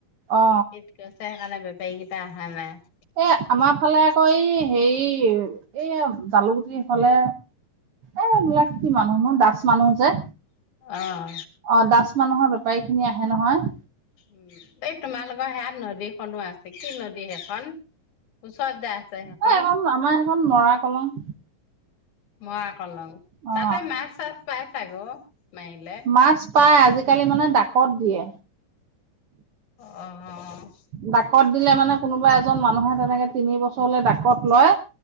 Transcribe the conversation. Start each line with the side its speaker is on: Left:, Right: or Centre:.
Right: অ।
Left: ঈদ গৈছে <unintelligible>
Right: এ আমাৰ ফালে আকৌ এই হেৰি এই জালু গুটিৰ ফালে, এ এবিলাক কি মানুহ ন দাচ মানুহ যে
Left: অ',
Right: অ দাচ মানুহৰ বপ বেপাৰী খিনি আহে নহয়
Left: উম এই তোমালোকৰ সেয়াত নদীখনো আছে কি নদী সেইখন ওচৰত যে আছে সেইখন
Right: এ এখন আমাৰ সেইখন মৰা কলং <inaudible>
Left: মই আকৌ লম
Right: অ
Left: তাতে মাছ চাছ পাই চাগো মাইলে
Right: মাছ পাই আজিকালি মানে ডাকত দিয়ে
Left: অ
Right: ডাকত দিলে মানে কোনোবা এজন মানুহে তেনেকে তিনি বছৰলে ডাকত লয়